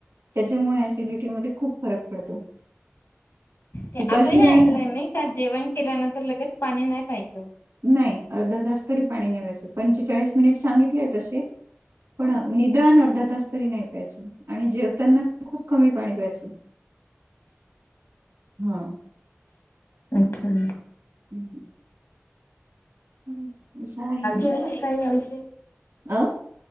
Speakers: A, on the right (about 85°); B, on the left (about 70°).
A: त्याच्यामुळे ऍसिडिटीमध्ये, खूप फरक पडतो.
B: ते
A: उपाशी
B: असंही
A: राहिला
B: ऐकलंय मी, का जेवण केल्यानंतर लगेच पाणी नाही प्यायचं.
A: नाही अर्धा तास, तरी पाणी नेवायचं पंचेचाळीस मिनिट सांगितलेय तसे. पण निदान अर्धा तास, तरी नाही प्यायचं आणि जेवताना पण खूप कमी पाणी प्यायचं. हा!
B: <inaudible>
A: हूं! ह असं आहे.
B: काय आज <unintelligible>
A: अ!